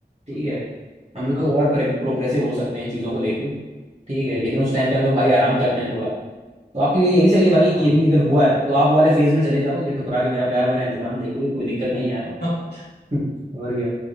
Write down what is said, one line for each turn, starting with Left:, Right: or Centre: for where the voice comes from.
Right: ठीक है हम लोग
Left: हाँ
Right: तो और प्रोग्रेसिव हो सकते हैं इन चीजों को लेकर ठीक है लेकिन उस टाइम पे हम लोग भाई आराम करते हैं थोड़ा तो आपके लिए यही सही है भाई
Left: हाँ
Right: कि अभी अगर हुआ है तो आप वाले फेज में चले जाओगे ठुकरा के मेरा प्यार मेरा इंतकाम देखोगे कोई दिक्कत नहीं है यार
Left: हाँ
Right: <laughs> और क्या